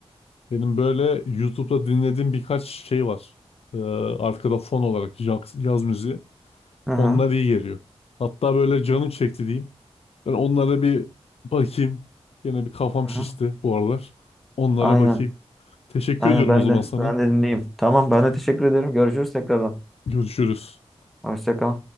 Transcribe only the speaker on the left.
Benim böyle YouTube'da dinlediğim birkaç şey var. Ee, arkada fon olarak yaz, yaz müziği.
Onlar iyi geliyor. Hatta böyle canım çekti diyeyim. Ben onlara bir bakayım. Yine bir kafam
şişti bu aralar. Onlara
bakayım. Teşekkür
ediyorum
o zaman
sana.
Görüşürüz.